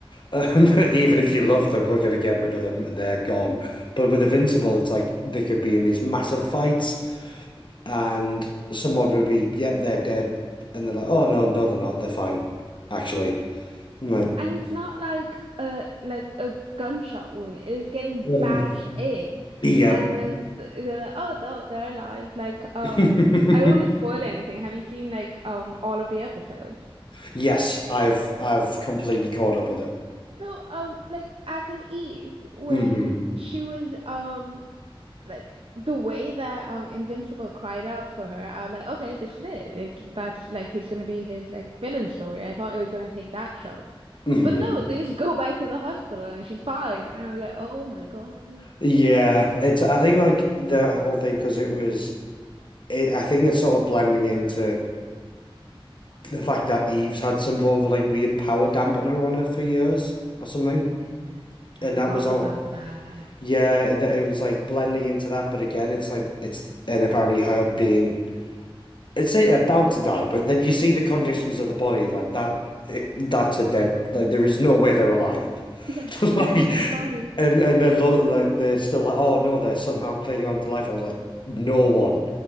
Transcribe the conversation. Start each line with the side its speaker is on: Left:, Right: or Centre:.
Left: Um, <laughs> even if you love them, we're gonna get rid of them and they're gone.
Right: Mm.
Left: But with Invincible, it's like they could be in these massive fights and someone would be, yep, they're dead. And they're like, oh, no, no, they're not. They're fine, actually. I'm like,
Right: And it's not like a like a gunshot wound. It is getting
Left: "Ugh,
Right: bashed in,
Left: yep.
Right: and then th- they're like, "Oh no, they're alive." Like, um,
Left: <laughs>
Right: I don't want to spoil anything. Have you seen like um all of the episodes?
Left: Yes, I've
Right: Like,
Left: I've completely caught up with it.
Right: so um, like Adam Eve when
Left: hmm
Right: she was um like the way that um Invincible cried out for her, I was like, okay, this is it. It that's like he's gonna be his like villain story. I thought it was gonna take that trope.
Left: hmm
Right: But no, they just <laughs> go back to the hospital and she's fine. And I'm like, oh my God.
Left: Yeah, it's I think like the whole thing because it was it, I think it's sort of blending into the fact that Eve's had some form of like weird power dampener on her for years or something,
Right: Yes,
Left: and
Right: I forgot
Left: that was all.
Right: about that.
Left: Yeah, it, it was like blending into that, but again, it's like it's and apparently her being it's say about to die, but then you see the conditions of the body like that. It, that's a dead. Like there is no way they're alive.
Right: Yeah,
Left: <laughs>
Right: that's
Left: Like
Right: a dead body.
Left: and and then lo- like they're still like, oh no, they're somehow clinging on to life. I was like, no one